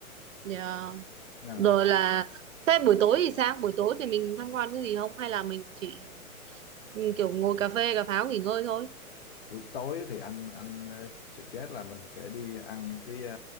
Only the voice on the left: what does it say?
À,
buổi tối thì anh anh ờ, suggest là mình sẽ đi ăn cái ờ,